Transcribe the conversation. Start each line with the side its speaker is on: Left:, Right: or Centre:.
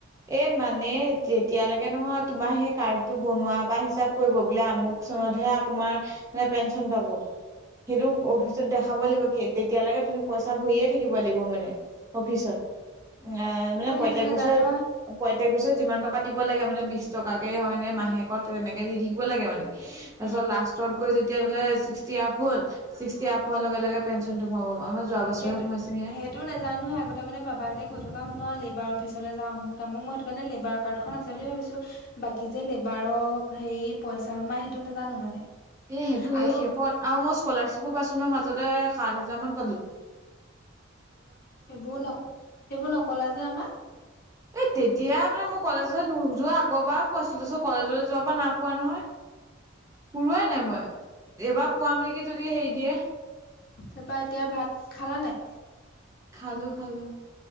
Right: এ মানে তেতিয়ালৈকে নহয় তোমাৰ হেই কাৰ্ডটো বনোৱা পা হিচাপ কৰিব, বোলে আমুক চনতহে তোমাৰ মানে পেঞ্চন পাব। হেটো অফিচত দেখাব লাগিব কে, তেতিয়ালেকে তুমি পইচা ভইয়ে থাকিব লাগিব মানে। নে অফিচত। আ মানে
Left: অ সেইটো
Right: প্ৰত্যেক
Left: নাজানো
Right: বছয়ে, প্ৰত্যেক পইচা যিমান টকা দিব লাগে মানে বিছ টকাকে হয়নে মাহেকত তেনেকে দি থাকিব লাগে মানে। তাছত
Left: নহয়
Right: লাষ্টত গৈ যেতিয়া বোলে ছিক্সটি আপ হ'ল। ছিক্সটি আপ হোৱা লগে লগে পেঞ্চনটো সোমাব। আমা যোৱা বছৰহে
Left: সেইটো
Right: সোমাইছে।
Left: সেইটো নাজানো নহয় আগতে মানে বাবাহঁতে কৈ থকা শুনো আও লেবাৱ অফিচলৈ যাওঁ, আমুক তামুক। মই এটো কাণে লেবাৰ কাৰ্ডখন আছে বুলি ভাবিছোঁ, বাকী যে লেবাৰক হেই পইচা হোমাই হেটো নাজানো মানে।
Right: এ হেটো হেই
Left: আৰু
Right: শেষত আৰু মই স্কলাৰশ্বিপো পাইছ ছো নহয় মাজতে সাত হাজাৰ মান পালোঁ।
Left: হেবোৰ নক, হেবোৰ নকলা যে আমাক।
Right: এ তেতিয়া মানে মই কলেজলৈ নোযোৱা আগৰ বা পোৱাছিলো। তাছত কলেজলৈ যোৱা পা নাই পোৱা নহয়। পোৰোৱাই নাই মই। এইবাৰ পোৱাম নেকি যদি হেই দিয়ে।
Left: তাপা এতিয়া ভাত খালা নাই?
Right: খালোঁ খালোঁ।